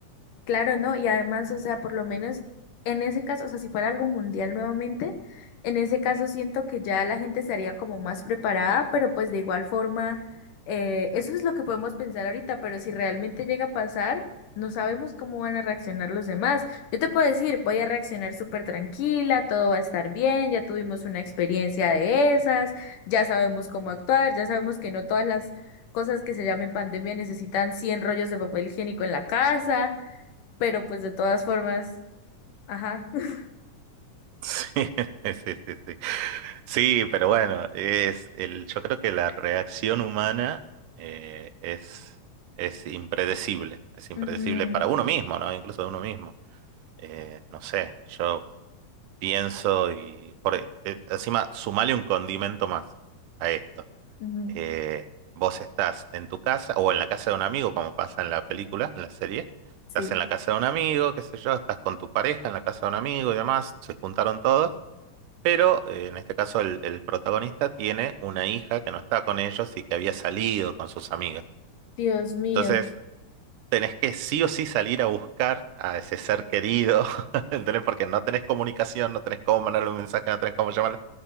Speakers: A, on the left (about 80°); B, on the right (about 85°).
A: Claro, ¿no? Y además, o sea, por lo menos en ese caso, o sea, si fuera algo mundial nuevamente, en ese caso siento que ya la gente estaría como más preparada, pero pues de igual forma, eh, eso es lo que podemos pensar ahorita, pero si realmente llega a pasar, no sabemos cómo van a reaccionar los demás. Yo te puedo decir, voy a reaccionar súper tranquila, todo va a estar bien, ya tuvimos una experiencia de esas, ya sabemos cómo actuar, ya sabemos que no todas las cosas que se llamen pandemia necesitan 100 rollos de papel higiénico en la casa pero pues de todas formas, ajá. <laughs>
B: Sí, <laughs> sí, sí, sí. Sí, pero bueno, es el, yo creo que la reacción humana eh, es, es impredecible, es impredecible
A: Ujú,
B: para uno mismo, ¿no? Incluso de uno mismo. Eh, no sé, yo pienso y por, eh, eh, encima sumale un condimento más a esto.
A: ujú,
B: Eh, vos estás en tu casa o en la casa de un amigo, como pasa en la película, en la serie.
A: sí.
B: Estás en la casa de un amigo, qué sé yo, estás con tu pareja en la casa de un amigo y demás, se juntaron todos. Pero eh, en este caso el, el protagonista tiene una hija que no está con ellos y que había salido con sus amigas.
A: Dios mío,
B: Entonces tenés que sí o sí salir a buscar a ese ser querido, <laughs> ¿entendés? Porque no tenés comunicación, no tenés cómo mandarle un mensaje, no tenés cómo llamarle.